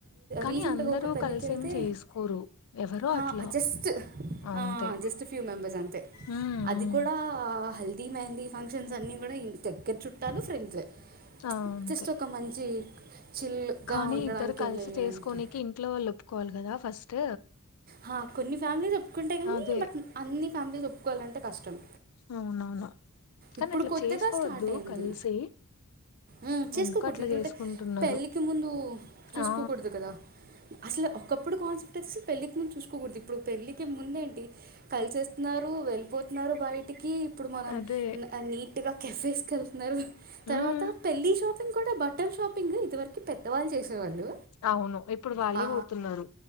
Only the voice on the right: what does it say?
రీసెంట్
గా ఒక పెళ్ళికి
ఎళ్తే
హా
జస్ట్
ఆ జస్ట్ ఫ్యూ అంతే
అది
కూడా హల్ ఈ మెహందీ ఫంక్షన్స్ అన్ని కూడా ఇంతే రేప్ చుట్టాలు వస్తే తెలుస్తది.
జస్ట్ ఒక మంచి చిల్గా
ఉండడానికి
ఎంజాయ్ చేయడానికి
హా కొన్ని ఫ్యామిలీస్ ఒప్పుకుంటాయి. గానీ
బట్ అన్ని ఫ్యామిలీస్ ఒప్పుకోవాలంటే కష్టం
ఇప్పుడు
కొత్తగా
స్టార్ట్ అయింది
ఉమ్, చేసుకోకూడదు
ఎందుకంటే
పెళ్ళికి ముందు చూసుకోకూడదు
కదా అసలు ఒకప్పుడు కాన్సెప్ట్ స్ పెళ్ళి చూసుకోకూడదు ఇప్పుడు పెళ్లికి ముందేంటి కలిసిేస్తున్నారు వెళ్ళిపోతున్నారు బయటికి ఇప్పుడు మనం
నీట్గా కఫేస్కి వెళ్తున్నారు తర్వాత
పళ్లి చ బటర్ ష ఇంకా ఇదివరకు పెద్దవాళ్ళు చేసేవాళ్ళు
ఆ